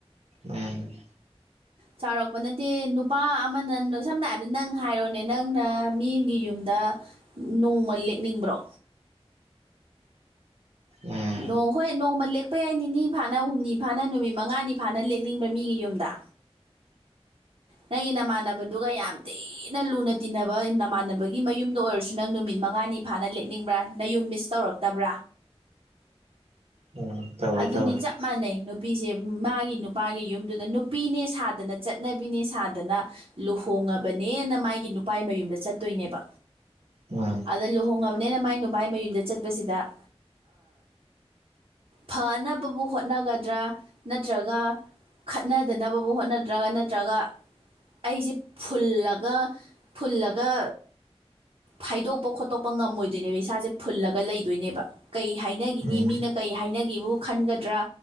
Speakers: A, on the right; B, on the right.
A: ꯎꯝ
B: ꯆꯥꯎꯔꯛꯄ ꯅꯠꯇꯦ ꯅꯨꯄꯥ ꯑꯃꯅ ꯁꯝꯅ ꯍꯥꯏꯔꯕꯗ ꯅꯪ ꯍꯥꯏꯔꯣꯅꯦ ꯅꯪꯅ ꯃꯤꯒꯤ ꯌꯨꯝꯗ ꯅꯣꯡꯃ ꯂꯦꯛꯅꯤꯡꯕ꯭ꯔꯣ
A: ꯎꯝ ꯎꯝ
B: ꯅꯣꯡ ꯍꯣꯏ ꯅꯣꯡꯃ ꯂꯦꯛꯄ ꯌꯥꯏ ꯅꯤꯅꯤ ꯐꯥꯅ ꯍꯨꯝꯅꯤ ꯐꯥꯅ ꯅꯨꯃꯤꯠ ꯃꯉꯥꯅꯤ ꯐꯥꯅ ꯂꯦꯛꯅꯤꯡꯕ꯭ꯔꯥ ꯃꯤꯒꯤ ꯌꯨꯝꯗ ꯅꯪꯒꯤ ꯅꯃꯥꯟꯅꯕꯗꯨꯒ ꯌꯥꯝ ꯊꯤꯅ ꯂꯨꯅ ꯇꯤꯟꯅꯕ ꯅꯃꯥꯟꯅꯕꯒꯤ ꯃꯌꯨꯝꯗ ꯑꯣꯏꯔꯁꯨ ꯅꯪ ꯅꯨꯃꯤꯠ ꯃꯉꯥꯅꯤ ꯐꯥꯅ ꯂꯦꯛꯅꯤꯡꯕ꯭ꯔꯥ ꯅ ꯌꯨꯝ ꯃꯤꯁ ꯇꯧꯔꯛꯇꯕ꯭ꯔꯥ
A: ꯎꯝ ꯇꯧꯋꯦ
B: ꯑꯗꯨꯅꯤ
A: ꯇꯧꯋꯦ
B: ꯆꯞ ꯃꯥꯟꯅꯩ ꯅꯨꯄꯤꯁꯦ ꯃꯥꯒꯤ ꯅꯨꯄꯥꯒꯤ ꯌꯨꯝꯗꯨꯗ ꯅꯨꯄꯤꯅꯦ ꯁꯥꯗꯅ ꯆꯠ ꯆꯠꯅꯕꯤꯅꯦ ꯁꯥꯗꯅ ꯂꯨꯍꯣꯡꯉꯕꯅꯦꯅ ꯃꯥꯒꯤ ꯅꯨꯄꯥꯥꯏ ꯃꯌꯨꯝꯗ ꯆꯠꯇꯣꯏꯅꯦꯕ
A: ꯎꯝ
B: ꯑꯗ ꯂꯨꯍꯣꯡꯉꯕꯅꯤꯅ ꯃꯥꯏ ꯅꯨꯕꯥꯥꯏ ꯃꯌꯨꯝꯗ ꯆꯠꯄꯁꯤꯗ ꯐꯅꯕꯕꯨ ꯍꯣꯠꯅꯒꯗ꯭ꯔꯥ ꯅꯠꯇ꯭ꯔꯒ ꯈꯠꯅꯗꯅꯕꯕꯨ ꯍꯣꯠꯅꯗ꯭ꯔꯒ ꯅꯠꯇ꯭ꯔꯒ ꯑꯩꯁꯦ ꯐꯨꯜꯂꯒ ꯐꯨꯜꯂꯒ ꯐꯥꯏꯗꯣꯛꯄ ꯈꯣꯠꯇꯣꯛꯄ ꯉꯝꯃꯣꯏꯗꯣꯏꯅꯦꯕ ꯏꯁꯥꯁꯦ ꯐꯨꯜꯂꯒ ꯂꯩꯗꯣꯏꯅꯦꯕ ꯀꯩ ꯍꯥꯏꯅꯈꯤꯅꯤ
A: ꯎꯝ
B: ꯃꯤꯅ ꯀꯩ ꯍꯥꯏꯅꯒꯤꯕꯨ ꯈꯟꯒꯗ꯭ꯔꯥ